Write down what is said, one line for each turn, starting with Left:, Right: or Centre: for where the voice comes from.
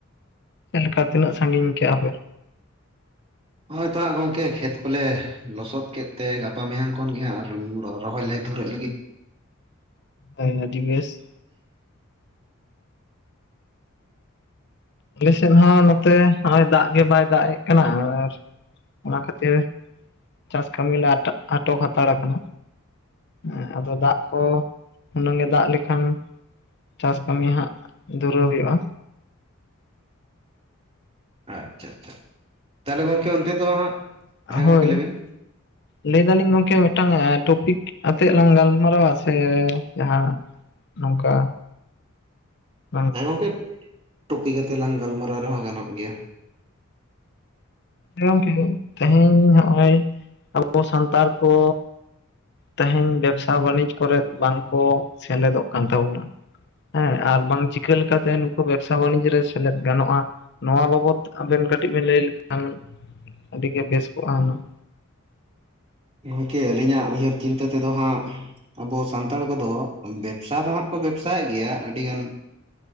Left: ᱪᱮᱞᱠᱟ ᱛᱤᱱᱟᱹᱜ ᱥᱟᱺᱜᱤᱧ ᱠᱮᱜ-ᱟ ᱯᱮ᱾
Right: ᱦᱳᱭ ᱛᱚ ᱦᱟᱸᱜ ᱜᱚᱝᱠᱮ ᱠᱷᱮᱛ ᱠᱚᱞᱮ ᱞᱚᱥᱚᱫ ᱠᱮᱫ ᱛᱮ ᱜᱟᱯᱟ ᱢᱮᱭᱟᱝ ᱠᱷᱚᱱ ᱜᱮ ᱦᱟᱸᱜ ᱟᱨ ᱨᱚᱦᱚᱭ ᱞᱮ ᱫᱷᱩᱨᱟᱹᱜ ᱞᱟᱹᱜᱤᱫ᱾
Left: ᱦᱳᱭ ᱟᱹᱰᱤ ᱵᱮᱥ ᱟᱞᱮᱥᱮᱫ ᱦᱚᱸ ᱱᱚᱛᱮ ᱱᱚᱜ-ᱚᱭ ᱫᱟᱜ ᱜᱮ ᱵᱟᱭ ᱫᱟᱜ ᱮᱫ ᱠᱟᱱᱟ ᱟᱨ ᱚᱱᱟ ᱠᱷᱟᱹᱛᱤᱨ ᱪᱟᱥ ᱠᱟᱹᱢᱤᱞᱮ ᱟᱴᱚᱠ ᱟᱴᱚᱠ ᱦᱟᱛᱟᱲ ᱠᱟᱱᱟ ᱦᱮᱸ ᱟᱫᱚ ᱫᱟᱜ ᱠᱚ ᱦᱩᱱᱟᱹᱝ ᱜᱮ ᱫᱟᱜ ᱞᱮᱠᱷᱟᱱ ᱪᱟᱥ ᱠᱟᱹᱢᱤ ᱦᱟᱸᱜ ᱫᱩᱨᱟᱹᱣ ᱦᱩᱭᱩᱜ-ᱟ᱾
Right: ᱟᱪᱪᱷᱟ ᱟᱪᱪᱷᱟ ᱛᱟᱦᱚᱞᱮ ᱜᱚᱝᱠᱮ ᱚᱱᱛᱮ ᱫᱚ ᱦᱟᱸᱜ ᱦᱮᱸ
Left: ᱦᱳᱭ
Right: ᱜᱚᱝᱠᱮ ᱞᱟᱹᱭ ᱵᱤᱱ
Left: ᱞᱟᱹᱭ ᱫᱟᱞᱤᱧ ᱜᱚᱝᱠᱮ ᱢᱤᱫ ᱴᱟᱝ ᱴᱚᱯᱤᱠ ᱟᱛᱮᱫ ᱞᱟᱝ ᱜᱟᱞᱢᱟᱨᱟᱣᱟ ᱥᱮ ᱡᱟᱦᱟ ᱱᱚᱝᱠᱟ <inaudible>
Right: ᱦᱮᱸ ᱜᱚᱝᱠᱮ ᱴᱚᱯᱤᱠ ᱟᱛᱮᱜ ᱞᱟᱝ ᱜᱟᱞᱢᱟᱨᱟᱣ ᱨᱮᱦᱚᱸ ᱜᱟᱱᱚᱜ ᱜᱮᱭᱟ᱾
Left: ᱦᱮᱸ ᱜᱚᱝᱠᱮ ᱛᱮᱦᱮᱧ ᱱᱚᱜᱼᱚᱭ ᱟᱵᱚ ᱥᱟᱱᱛᱟᱲ ᱠᱚ ᱛᱮᱦᱮᱧ ᱵᱮᱵᱽᱥᱟ ᱵᱟᱹᱱᱤᱡᱽ ᱠᱚᱨᱮᱫ ᱵᱟᱝᱠᱚ ᱥᱮᱞᱮᱫᱚᱜ ᱠᱟᱱ ᱛᱟᱵᱚᱱᱟ ᱦᱮᱸ ᱟᱨ ᱵᱟᱝ ᱪᱤᱠᱟᱹ ᱞᱮᱠᱟᱛᱮ ᱱᱩᱠᱩ ᱵᱮᱵᱥᱟ ᱵᱟᱱᱤᱡᱽ ᱨᱮ ᱥᱮᱞᱮᱫ ᱜᱟᱱᱚᱜᱼᱟ᱾ ᱱᱚᱣᱟ ᱵᱟᱵᱚᱫ ᱟᱵᱮᱱ ᱠᱟᱹᱴᱤᱡ ᱵᱮᱱ ᱞᱟᱹᱭ ᱞᱮᱠᱷᱟᱱ ᱟᱹᱰᱤᱜᱮ ᱵᱮᱥ ᱠᱚᱜᱼᱟ ᱦᱩᱱᱟᱹᱝ
Right: ᱜᱚᱝᱠᱮ ᱟᱹᱞᱤᱧᱟᱜ ᱩᱭᱦᱟᱹᱨ ᱪᱤᱱᱛᱟᱹ ᱛᱮᱫᱚ ᱦᱟᱸᱜ ᱟᱵᱚ ᱥᱟᱱᱛᱟᱲ ᱠᱚᱫᱚ ᱵᱮᱵᱽᱥᱟ ᱫᱚ ᱦᱟᱸᱜ ᱠᱚ ᱵᱮᱵᱽᱥᱟᱭᱮᱫ ᱜᱮᱭᱟ ᱟᱹᱰᱤ ᱜᱟᱱ